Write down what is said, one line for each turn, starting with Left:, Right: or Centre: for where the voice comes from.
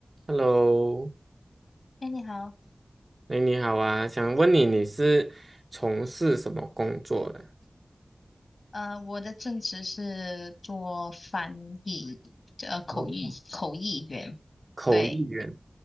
Right: Hello，
Left: 哎，你好，
Right: 哎，你好啊，想问你，你是从事什么工作的？
Left: 呃，我的正职是做翻译，呃，口译口译员。
Right: 哦，口译员。
Left: 对，